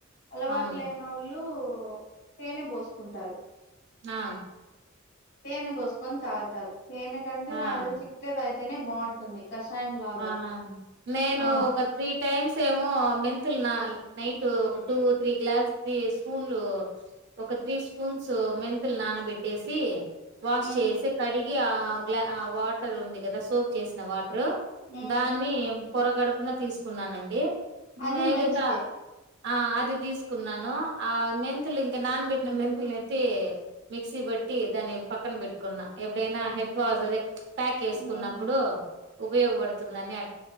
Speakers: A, on the left (about 55°); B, on the right (about 55°).
A: అలవాట్
B: అవును
A: లేనొళ్ లో తేనె బోసుకుంటారు
B: ఆ
A: తేనే బోసుకొని తాగుతారు తేనె కంటే
B: ఆ
A: నాకుతెలిసి ఇట్లే దాగి తే నే బాగుంటుంది కషాయం లాగా
B: ఆ నేను
A: ఆ
B: ఒక త్రీ టైమ్స్ సేమో మెంతులు నా నైట్ ఒక టూ, త్రీ గ్లాస్, త్రీ స్పూన్లు ఒక త్రీ స్పూన్స్ మెంతులు నానబెట్టేసి, వాష్
A: ఉమ్
B: చేసి కడిీగి ఆ గ్లా ఆ వాటర్ ఉంది కదా సోప్ చేసిన వాటర్
A: ఉమ్
B: దాన్ని పొర కడుపున తీసుకున్నానండి
A: అది
B: మిగతా
A: మంచిదే
B: ఆ అది తీసుకున్నాను ఆ మెంతులు ఇంకా నాన్బెట్టిన మెంతుల్ని ఎత్తి మిక్సీ పెట్టి దాన్ని పక్కన పెట్టుకున్నా ఎప్పుడైనా హెడ్ వాస్ అదే ప్యాక్ వేసుకున్నప్పుడు
A: ఉమ్
B: ఉపయోగపడుతుందని అ